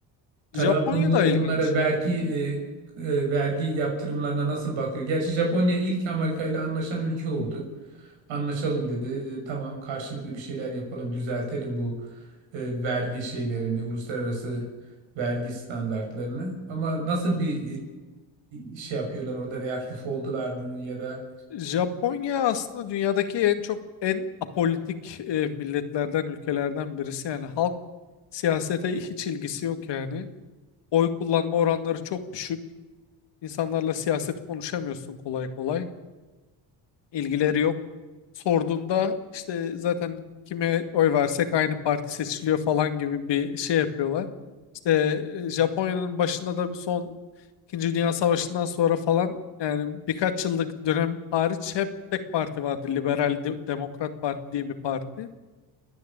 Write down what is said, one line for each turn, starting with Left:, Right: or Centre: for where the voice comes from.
Right: Trump'ın
Left: Japonya
Right: bu
Left: da ilginç
Right: onlara vergi
Left: yani.
Right: e, e, vergi yaptırımlarına nasıl bakıyor? Gerçi Japonya ilk Amerika ile anlaşan ülke oldu. Anlaşalım dedi. E, tamam karşılıklı bir şeyler yapalım, düzeltelim bu e, vergi şeylerini, uluslararası vergi standartlarını. Ama nasıl bir e, şey yapıyorlar orada reaktif oldular mı ya da
Left: Japonya aslında dünyadaki en çok en apolitik e, milletlerden, ülkelerden birisi. Yani halk siyasete hiç ilgisi yok yani. Oy kullanma oranları çok düşük. İnsanlarla siyaset konuşamıyorsun kolay kolay. İlgileri yok. sorduğunda işte zaten kime oy versek aynı parti seçiliyor falan gibi bir şey yapıyorlar. İşte e, Japonya'nın başında da son İkinci Dünya Savaşı'ndan sonra falan yani birkaç yıllık dönem hariç hep tek parti vardı. Liberal De- Demokrat Parti diye bir parti.